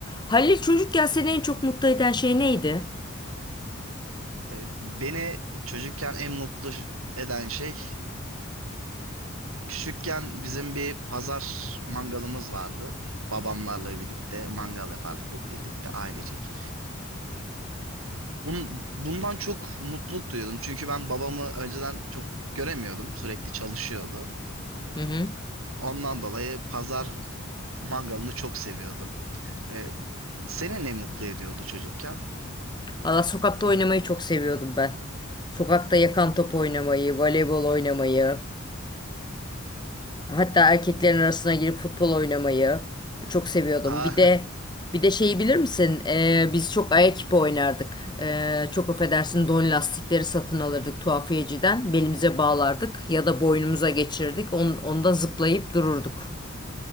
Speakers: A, on the left (about 20°); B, on the right (about 85°).
A: Halil çocukken seni en çok mutlu eden şey neydi?
B: E, Beni çocukken en mutlu ş- eden şey, küçükken bizim bir pazar mangalımız vardı. Babamlarla birlikte mangal yapardık hep birlikte ailecek. Bun- bundan çok mutluluk duyuyordum. Çünkü ben babamı önceden çok göremiyordum. Sürekli çalışıyordu.
A: Hı hı.
B: Ondan dolayı pazar mangalını çok seviyordum. E, seni ne mutlu ediyordu çocukken?
A: Valla sokakta oynamayı çok seviyordum ben. Sokakta yakan top oynamayı, voleybol oynamayı, hatta erkeklerin arasına girip futbol oynamayı çok seviyordum.
B: Aa,
A: Bir de bir de şeyi bilir misin? Ee, biz çok ayak ipi oynardık. Ee, çok affedersin don lastikleri satın alırdık tuhafiyeciden. Belimize bağlardık ya da boynumuza geçirirdik. On, onda zıplayıp dururduk.